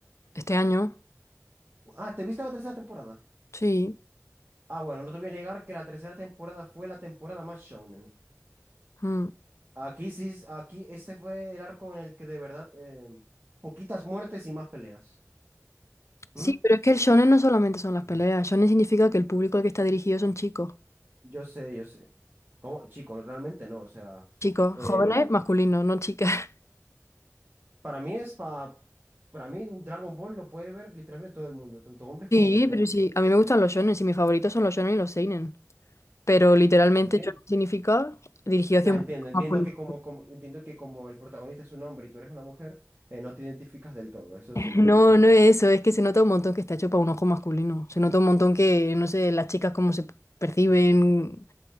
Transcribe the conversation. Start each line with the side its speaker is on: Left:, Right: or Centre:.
Left: Este año,
Right: Ah, ¿te viste la tercera temporada?
Left: sí.
Right: Ah, bueno, no te voy a negar que la tercera temporada fue la temporada más shonen.
Left: mm.
Right: Aquí sí, es- aquí este fue el arco en el que de verdad, eh, poquitas muertes y más peleas. ¿Mm?
Left: Sí, pero es que el shonen no solamente son las peleas. Shonen significa que el público al que está dirigido son chicos.
Right: Yo sé, yo sé. ¿Cómo? Chicos, realmente no, o sea...
Left: Chicos,
Right: em,
Left: jóvenes, masculinos, no chicas. <laughs>
Right: Para mí es pa- para mí un Dragon Ball lo puede ver literalmente todo el mundo, tanto hombres
Left: Sí,
Right: como mujeres.
Left: pero sí. A mí me gustan los shonen y mis favoritos son los shonen y los seinen. Pero literalmente
Right: También.
Left: shonen significa dirigido
Right: Ya
Left: hacia un
Right: entiendo,
Left: público
Right: entiendo
Left: masculino.
Right: que como, como entiendo que como el protagonista es un hombre y tú eres una mujer, eh, no te identificas del todo, eso
Left: <laughs>
Right: sí lo
Left: No,
Right: entiendo.
Left: no es eso. Es que se nota un montón que está hecho para un ojo masculino. Se nota un montón que, no sé, las chicas cómo se perciben,